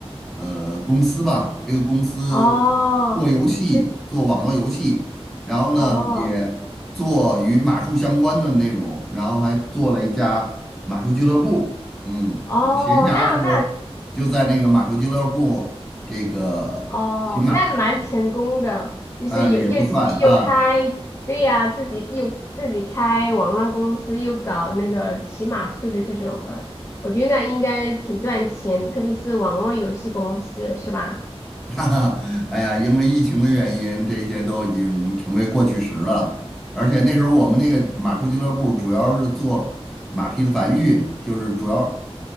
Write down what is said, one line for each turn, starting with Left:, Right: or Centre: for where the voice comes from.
Centre: 呃公司吧，这个公司做游戏，
Left: 哦，是，
Centre: 做网络游戏，然后呢也做与马术相关的内容，
Left: 哦，
Centre: 然后还做了一家马术俱乐部，嗯，
Left: 哦，
Centre: 我闲暇的时候就在那个马术俱乐部。
Left: 那那
Centre: 这个骑马
Left: 哦，那蛮成功的，就是有又自己又开，
Centre: 啊，也不算啊，
Left: 对呀、自己又自己开网络公司，又搞那个骑马术的这种的，我觉得那应该挺赚钱的特别是网络游戏公司，是吧？
Centre: <laughs> 哈哈，哎呀，因为疫情的原因，这些都已经成为过去时了。而且那时候我们那个马术俱乐部主要是做马匹的繁育，就是主要